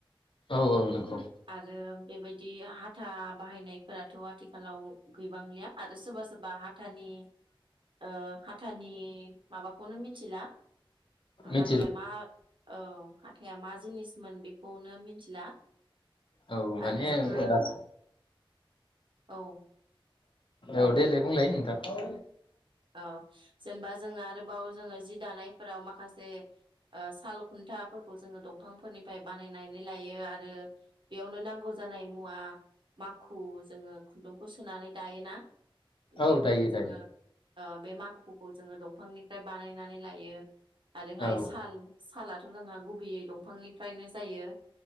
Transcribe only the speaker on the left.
औ औ नंगौ
मिथिला
औ माने
बास
औ देलै बुंलाय नोंथां।
औ
दायो
दायो
औ